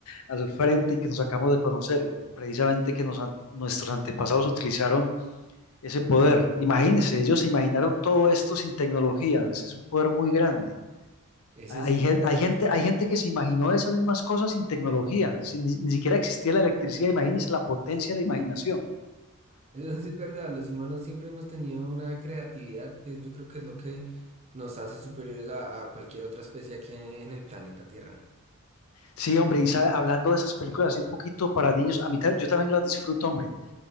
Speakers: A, on the left (about 75°); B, on the right (about 30°).
A: al frente y que nos acabamos de conocer. Precisamente que nos an- nuestros antepasados utilizaron ese poder. Imagínense, ellos se imaginaron todo esto sin tecnología, ese es un poder muy grande.
B: Eso
A: Hay,
B: sí es
A: gen-
B: verdad,
A: hay gente, hay gente que se imaginó esas mismas cosas sin tecnología, sin, ni, ni siquiera existía la electricidad, imagínense la potencia de la imaginación.
B: <laughs> eso sí es verdad. Los humanos siempre hemos tenido una creatividad que yo creo que es lo que nos hace superiores a, a cualquier otra especie aquí en el planeta Tierra.
A: Sí, hombre, y sabe, hablando de esas películas así un poquito para niños, a mí ta- yo también las disfruto, hombre.